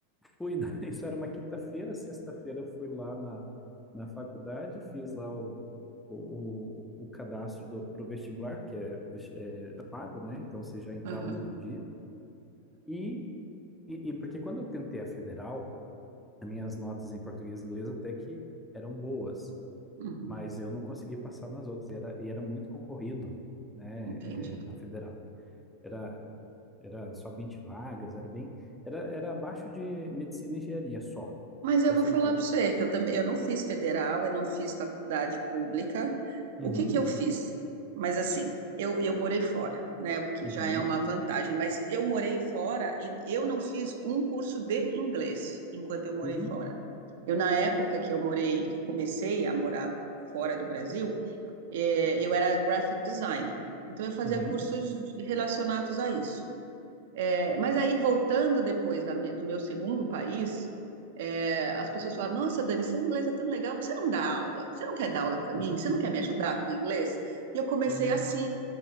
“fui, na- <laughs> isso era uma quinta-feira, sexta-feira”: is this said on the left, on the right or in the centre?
Centre